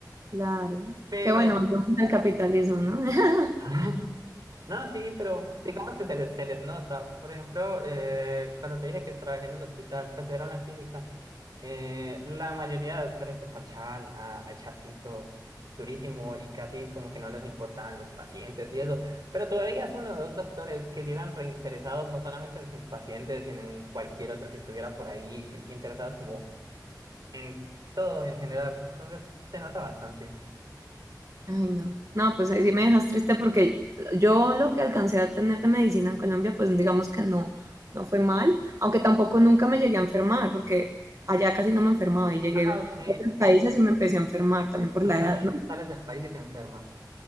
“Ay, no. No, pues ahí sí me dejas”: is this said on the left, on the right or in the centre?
Right